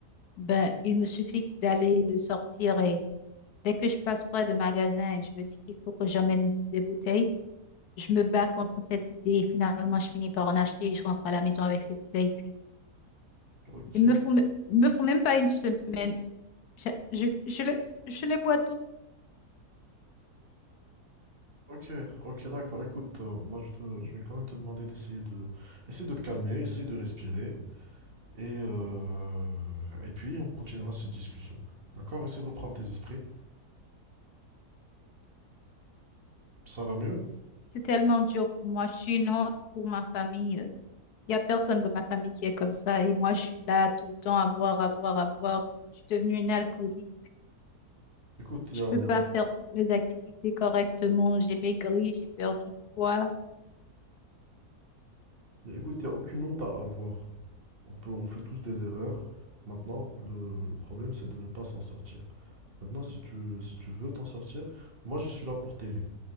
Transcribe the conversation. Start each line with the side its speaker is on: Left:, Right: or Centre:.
Left: Ben, il me suffit d'aller, de sortir. Et dès que je passe près de magasin et je me dis qu'il faut que j'amène des bouteilles, je me bats contre cette idée. Et finalement, je finis par en acheter et je rentre à la maison avec ces bouteilles. Puis,
Right: Ok,
Left: il me faut, me- il me faut même pas une semaine. Je, je, je, les- je les bois toutes.
Right: ok, ok, d'accord. Écoute, euh, moi, je te- je vais quand même te demander d'essayer de, essayer de te calmer, essayer de respirer, et, euh, et puis on continuera cette discussion. D'accord? Essaye de reprendre tes esprits. Ça va mieux?
Left: C'est tellement dur pour moi. Je suis une honte pour ma famille. Euh, Il y a personne dans ma famille qui est comme ça. Et moi, je suis là tout le temps à boire, à boire, à boire. Je suis devenue une alcoolique.
Right: Écoute, il
Left: Je
Right: y a,
Left: peux
Right: y
Left: pas
Right: a-
Left: faire toutes mes activités correctement. J'ai maigri, j'ai perdu du poids.
Right: y a- écoute, y a aucune honte à avoir. On peut, on fait tous des erreurs. Maintenant, le, le problème, c'est de ne pas s'en sortir. Maintenant, si tu, si tu veux t'en sortir, moi, je suis là pour t'aider.